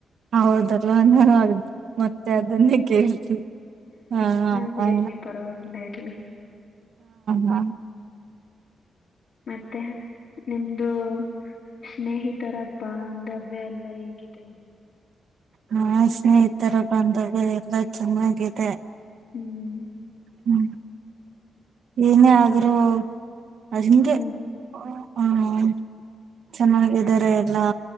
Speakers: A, on the right (about 60°); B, on the left (about 60°).
A: ಹೌದದ್ ಓನರು ಅದ್ ಮತ್ತೆ ಅದನ್ನೇ ಕೇಳ್ತಿ ಹ
B: ಅದು
A: ಹ
B: ಇರ್ಲಿ ಪರವಾಗಿಲ್ಲ ಇರ್ಲಿ
A: ಹ.
B: ಮತ್ತೆ ನಿಮ್ದು ಸ್ನೇಹಿತರ ಬಾಂಧವ್ಯ ಎಲ್ಲ ಹೆಂಗಿದೆ?
A: ಹಾ ಸ್ನೇಹಿತರ ಬಾಂದವ್ಯ ಎಲ್ಲಾ ಚೆನ್ನಾಗಿದೆ.
B: ಹ್ಮ್
A: ಹ್ಮ್ ಏನೇ ಆದ್ರು ಅದ್ ಹಿಂಗೆ
B: ಹ್ಮ್
A: ಓ ಹ್ಮ ಚೆನ್ನಾಗಿದ್ದಾರೆ ಎಲ್ಲಾ